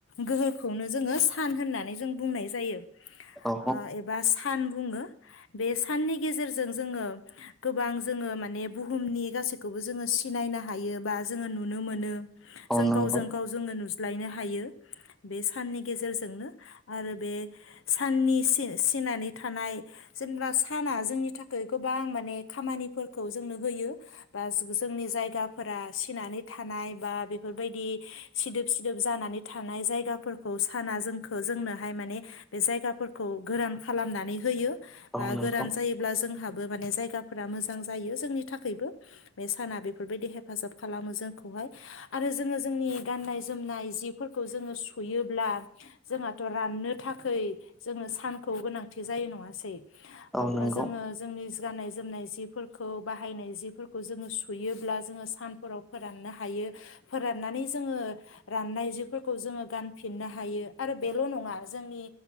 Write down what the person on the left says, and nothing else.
गोहोखौनो जोङो सान होननानै जों बुंनाय जायो।
ओ एबा सान बुङो बे साननि गेजेरजों जोङो गोबां जोङो बुहुमनि गासै खौबो जोङो सिनायनो हायो बा जोङो नुनो मोनो। जों
गावजों गाव जोङो नुज्लायनो हायो। बे साननि गेजेरजोंनो आरो बे साननि सि-सिनानै थानाय जेनेबा साना जोंनि थाखाय गोबां माने खामानिफोर खौ जोंनो होयो बा जोंनि जायगाफोरा सिनानै थानाय बा बेफोरबायदि सिदोब सिदोब जानानै थानाय जायगाफोरखौ साना जोंखौ जोंनोहाय माने बे जायगाफोरखौ गोरान खालामनानै होयो। बा
गोरान जायोब्ला जोंहा बो माने जायगाफोरा मोजां मोजां जायो जोंनि थाखायबो बे साना बेफोरबायदि हेफाजाब खालामो जोंखौहाय आरो जोङो जोंनि गाननाय जोमनाय जिफोरखौ जोङो सुयोब्ला जोंहाथ' राननो थाखाय जोङो सानखौ गोनांथि जायो नङासै।
अब्ला
जोङो जोंनि गाननाय जोमनाय जि फोरखौ बाहायनाय जिफोरखौ जोङो सुयोब्ला जोङो सानफोराव फोराननो हायो फोराननानै जोङो राननाय जिफोरखौ जोङो गानफिननो हायो आरो बेल' नङा जोंनि